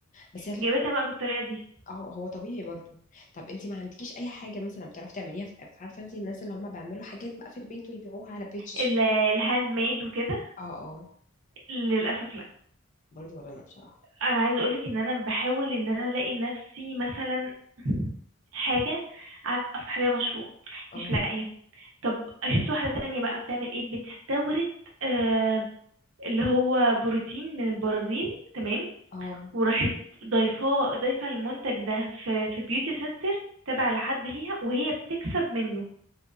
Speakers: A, on the left; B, on the right.
A: بس هي الف-
B: جابتها بقى بالطريقة دي
A: اه هو طبيعي برضو طب انت ما عندكيش اي حاجه مثلا بتعرفي تعمليها في في- عارفه انت الناس اللي هم بيعملوا حاجات بقى في البيت ويبيعوها على بيجز
B: ال-
A: وكده
B: الهاند ميد وكده
A: اه اه
B: للأسف
A: برضو ولا انا بصراحه
B: انا عايزه اقولك ان انا بحاول ان انا الاقي لنفسي مثلا حاجه أع- افتح عليها مشروع
A: اه
B: مش لاقيه طب شفت واحده تانية بقى بتعمل ايه بتستورد آه اللي هو بروتين من البرازيل تمام
A: اه
B: وراحت ضايفاه ضايفه المنتج ده في في بيوتي سنتر تابع لحد ليها وهي بتكسب منه